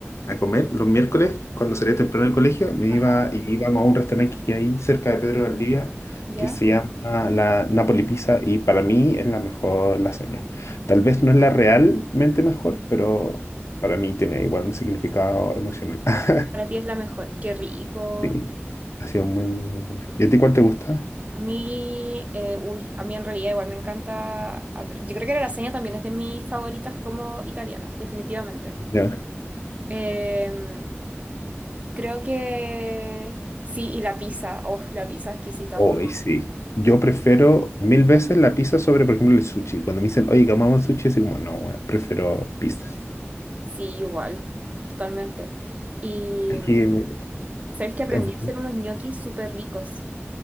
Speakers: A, on the left; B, on the right.
A: a comer los miércoles, cuando salía temprano del colegio, me
B: Ajá.
A: iba y íbamos a un restaurante que hay cerca de Pedro de Valdivia
B: ¿Ya?
A: que se llama la Napoli Pizza y para mí es la mejor lasaña. Tal vez no es la realmente mejor, pero para mí tiene igual un significado emocional. <laughs>
B: Para ti es la mejor. Qué rico.
A: Sí, ha sido muy, muy bueno. ¿Y a ti cuál te gusta?
B: A mí, eh, uy, a mí en realidad igual me encanta. A ver, yo creo que la lasaña también es de mis favoritas como italianas, definitivamente.
A: Ya.
B: Em, creo que sí, y la pizza, oh, la pizza exquisita,
A: Hoy
B: como
A: sí. Yo prefiero mil veces la pizza sobre, por ejemplo, el sushi. Cuando me dicen, oye, comamos sushi, así como, no, weón, prefiero pizza.
B: sí, igual, totalmente. Y
A: Es que
B: sabéis que aprendí
A: es
B: a
A: bu-
B: hacer unos ñoquis súper ricos.